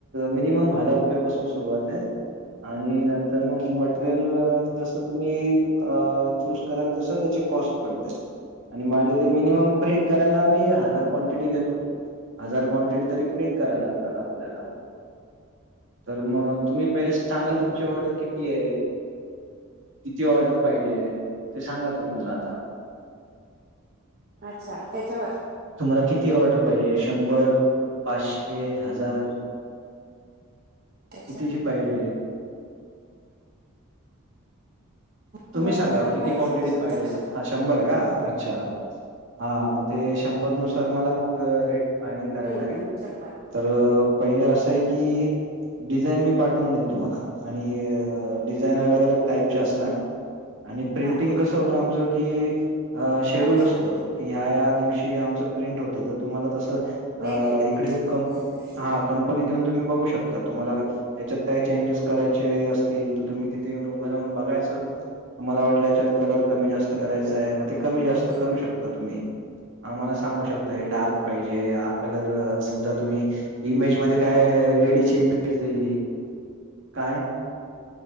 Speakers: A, on the right (about 60°); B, on the right (about 45°).
A: मिनिमम हजार रुपयापासून सुरुवाते. आणि नंतर मग, मटेरियल जसं तुम्ही चूज कराल, तस त्याची कॉस्ट पडत. आणि माझ मिनिमम प्रिंट करायला. मी हजार क्वांटिटी घेतो. हजार क्वांटिटी तरी प्रिंट करायला लागतात. आपल्याला. तर मग तुम्ही पहिले सांगाल. तुमची ऑर्डर किती ये, किती ऑर्डर पाहिजे? ते सांगा. तुम्ही मला आता.
B: अच्छा, त्याच्यावर.
A: तुम्हाला किती ऑर्डर पाहिजे. शंभर, पाचशे, की हजार.
B: त्याच्या
A: कितीची पाहिजेत. तुम्ही
B: शंभर
A: सांगा.
B: ऑर्डर
A: किती
B: पाहिजे
A: क्वांटिटी
B: शंभर
A: पाहिजे. हा शंभर का? अच्छा. हा मग ते शंभरनुसार मला मग ते. रेट फायनल करायला
B: हम्म
A: लागेल.
B: हम्म शंभर
A: तर पहिले असं आहे की. डिझाईन मी पाठवून देईन तुम्हाला. आणि डिझाईन अलग अलग टाईपचे असणार. आणि प्रिंटिंग
B: हा
A: कसं होतं आमचं की. शेड्यूल
B: अच्छा
A: असतं. की ह्या ह्या दिवशी आमचं प्रिंट होत. त तुम्हाला तस अ
B: वेगळी वेगळी
A: इकडे येऊन कं.
B: हम्म
A: हा. कंपनीत येऊन तुम्ही बघू शकता. तुम्हाला त्याच्यात काय चेंजेस करायचे असतील. तर तुम्ही तिथे येऊन. उभं राहून बघायचं. तुम्हाला वाटलं याच्यात कलर कमी जास्त करायचाये. मग ते कमी
B: हम्म
A: जास्त करू शकता. तुम्ही. आम्हाला सांगू शकता. हे डार्क पाहिजे. हा कलर समजा तुम्ही इमेज मध्ये
B: बरं
A: काय.
B: का
A: लेडीची
B: पेंटिंग
A: इमेज दिली. काय?